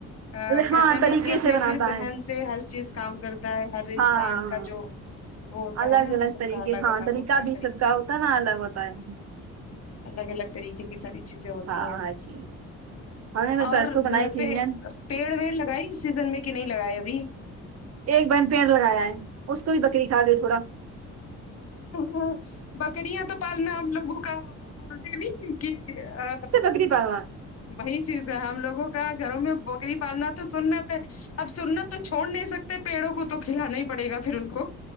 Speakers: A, on the left; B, on the right.
A: آں کہتے
B: ہاں
A: ہیں نہیں
B: طریقے
A: کہ اپنے
B: سے بناتا
A: اپنے ذہن
B: ہے
A: سے ہر چیز کام کرتا ہے ہر انسان
B: ہاں ہاں
A: کا جو وہ ہوتا
B: الگ
A: ہے نا
B: الگ
A: وہ سب
B: طریقے
A: کا
B: ہاں
A: الگ
B: طریقہ
A: ہوتا ہے
B: بھی سب کا ہوتا ہے نا الگ ہوتا ہے
A: الگ الگ طریقے کی ساری چیزیں ہوتی
B: ہاں
A: ہیں
B: ہاں جی ہم نے بھی
A: اور
B: پرسوں بنائی
A: گھر
B: تھی
A: پہ
B: بریانی،
A: پیڑ ویڑ لگائی سیزن میں کہ نہیں لگائے ابھی
B: ایک بہن پیڑ لگایا ہے اس کو بھی بکری کھا گی تھوڑا
A: ہ بکریاں تو پالنا ہم لوگوں کا وہ بولتے ہے نہیں کہ آ
B: میری با
A: وہی چیز ہے ہم لوگوں کا گھروں میں بکری پالنا تو سنت ہے اب سنت تو چھوڑ نہیں سکتے پیڑوں کو تو کھلانا ہی پڑے گا پھر ان کو